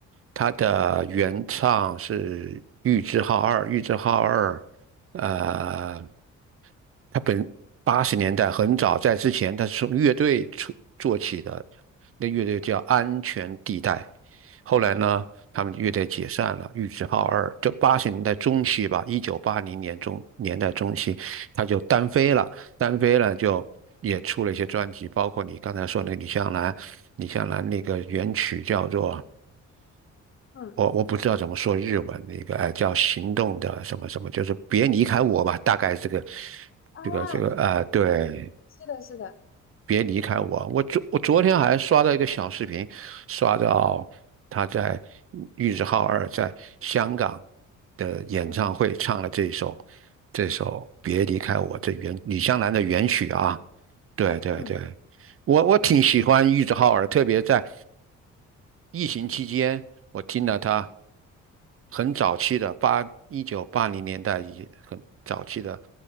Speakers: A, on the right; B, on the left.
A: 她的原唱是玉置浩二，玉置浩二呃他本八十年代很早，在之前他是从乐队出做起的，那乐队叫安全地带。后来呢，他们乐队解散了，玉置浩二。就八十年代中期吧，一九八零年中年代中期，他就单飞了，单飞了就也出了一些专辑，包括你刚才说那个李香兰，李香兰那个原曲叫做
B: 嗯
A: 我我不知道怎么说日文，那个呃叫行动的什么什么，就是别离开我吧，大概这个
B: 啊，
A: 这个这个呃，对，
B: 是的，是的，
A: 别离开我。我昨我昨天还刷到一个小视频，刷到他在玉置浩二在香港的演唱会唱了这首
B: 嗯
A: 这首《别离开我》这原李香兰的原曲啊，对对对，
B: 嗯，
A: 我我挺喜欢玉置浩二，特别在疫情期间，我听了他很早期的八一九八零年代一些很早期的